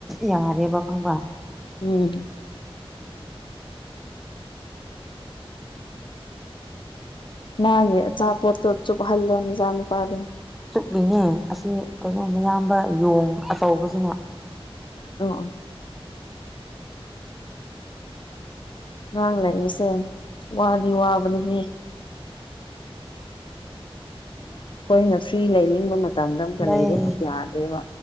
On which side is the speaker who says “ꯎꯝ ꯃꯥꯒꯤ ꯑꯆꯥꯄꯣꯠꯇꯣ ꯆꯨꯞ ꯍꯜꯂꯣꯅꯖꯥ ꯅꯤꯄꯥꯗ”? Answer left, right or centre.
Left